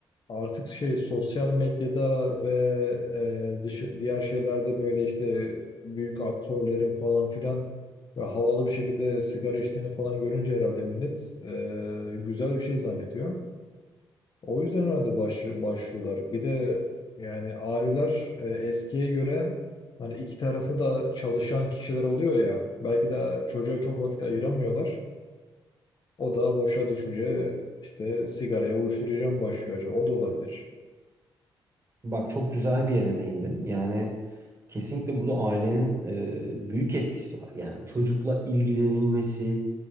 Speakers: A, on the left; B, on the right.
A: artık şey sosyal medyada ve e, dışı- diğer şeylerde böyle işte büyük aktörlerin falan filan ve havalı bir şekilde sigara içtiğini falan görünce herhalde millet e, güzel bir şey zannediyor. O yüzden herhalde baş, başlıyorlar. Bir de yani aileler e, eskiye göre hani iki tarafı da çalışan kişiler oluyor ya belki de çocuğa çok vakit ayıramıyorlar. O da boşa düşünce işte sigaraya uyuşturucuya mı başlıyor acaba? O da olabilir.
B: Bak çok güzel bir yere değindin. Yani kesinlikle burada ailenin e, büyük etkisi var. Yani çocukla ilgilenilmesi,